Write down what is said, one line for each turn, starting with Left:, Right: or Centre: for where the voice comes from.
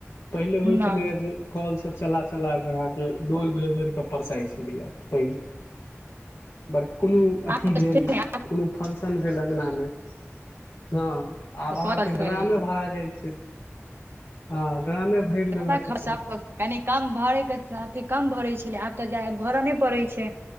Left: पहिले होइ
Right: नहि
Left: छलैए जे कॉल से चला चला कऽ अहाँके डोल भैर भैर कऽ परसाई छलैया पैन बर कोनो अथी
Right: आब
Left: भेल
Right: तऽ
Left: कोनो फंक्शन भेल अगना मे हँ आब अहाँके
Right: कल से पानि
Left: ड्रामे
Right: लेलक
Left: भरा जाइ छै हँ ड्रामे भरि
Right: जादा
Left: लेलक
Right: खर्चा
Left: अपन
Right: कनि कम भरेके सा कम भरे छले आब तऽ जा भरऽ ने पड़े छै